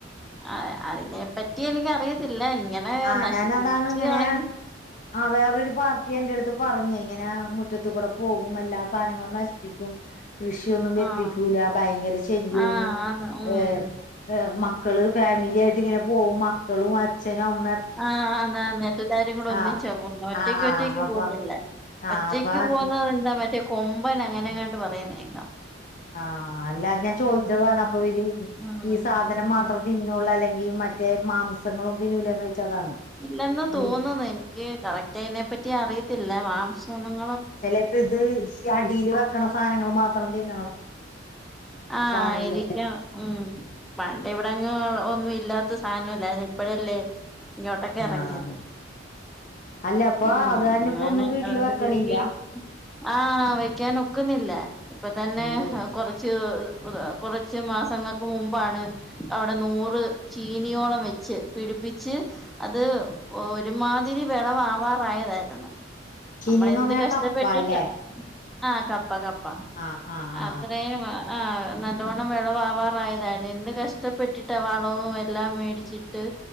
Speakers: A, in the centre; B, on the left.
A: ആഹ് അതിനെ പറ്റി എനിക്കറിയത്തില്ല ഇങ്ങനെ
B: ആഹ്
A: നശിപ്പിച്ച്
B: ഞാനതാണ് ഇങ്ങനെ
A: കളെ
B: ആഹ് വേറൊരു പാർട്ടിയെന്റടുത്ത് പറഞ്ഞ് ഇങ്ങനെ മുറ്റത്ത് കൂടെ പോകും എല്ലാ സാധനങ്ങളും നശിപ്പിക്കും കൃഷിയൊന്നും വെപ്പിക്കൂല
A: ആഹ്
B: ഭയങ്കര ശെല്യാണ്
A: ആഹ് ആന്ന് ഉം
B: ഏഹ് മക്കള് ഫാമിലി ആയിട്ട് ഇങ്ങനെ പോകും മക്കളും അച്ഛനും അമ്
A: ആഹ് ആന്നാന്ന് എല്ലാരും കൂടെ ഒന്നിച്ചാ
B: ആഹ്
A: പോന്നെ ഒറ്റക്കൊറ്റക്ക്
B: ആഹ് ആഹ് അപ്പൊ
A: പോത്തില്ല
B: ആഹ്
A: ഒറ്റക്ക്
B: അപ്പൊ
A: പോകുന്നത് എന്താ മറ്റേ കൊമ്പൻ അങ്ങനെങ്ങാണ്ട് പറയുന്ന കേക്കാം
B: ആഹ് അല്ലാ അത് ഞാൻ ചോദിച്ചതാണ് അപ്പൊ ഇ
A: ഉം
B: ഈ സാധനം മാത്ര
A: ഉം
B: തിന്നൂള്ളു അല്ലെങ്കി മറ്റേ മാംസങ്ങളും തിന്നൂലേന്ന് വെച്ച അതാണ്
A: ഇല്ലെന്ന് തോന്നുന്നു
B: ഉം.
A: എനിക്ക് കറക്റ്റ് അയിനെ പറ്റി അറിയത്തില്ല മാംസങ്ങളും
B: ചിലപ്പോ ഇത് ഈ അടീൽ വെക്കണ സാധനങ്ങൾ മാത്രം തിന്നണ
A: ആഹ്
B: സാധനല്ല
A: ആയിരിക്കും ഉം പണ്ട് ഇവിടെങ്ങും ഒന്നും ഇല്ലാത് ത്ത സാധനം ഇല്ലാരുന്ന് ഇപ്പഴല്ലേ ഇങ്ങോട്ടൊക്കെ ഇറങ്ങിയത്
B: ആഹ് അല്ല അപ്പൊ
A: ഉം
B: അത് കാരണം ഇപ്പോ
A: അങ്ങനെ
B: ഒന്നും വീട്ടില്
A: അതോണ്ട്
B: വെക്കണില്ല
A: കൃഷി ആഹ് വെക്കാൻ ഒക്കുന്നില്ല ഇപ്പൊ തന്നെ
B: എന്തോ
A: കൊറച് ച്ച് കുറ കുറച്ച് മാസങ്ങ ക്കു മുമ്പാണ് അവിടെ നൂറ് ചീനിയോളം വെച്ച് പിടിപ്പിച്ച് അത് ഒരുമാതിരി വെളവാവാറായതാരുന്നു.
B: ചീനീന്ന്
A: അമ്മള് എന്ത്
B: പറഞ്ഞാ
A: കഷ്ടപ്പെട്ടിട്ടാ
B: കപ്പ അല്ലേ
A: ആഹ് കപ്പ കപ്പ
B: ആഹ് ആഹ് ആഹ്
A: അത്രയും. ആഹ് ആഹ് നലോണ്ണം വിളവാവാറായതായിരുന്നു എന്ത് കഷ്ടപ്പെട്ടിട്ട വളവും എല്ലാം മേടിച് ട്ട്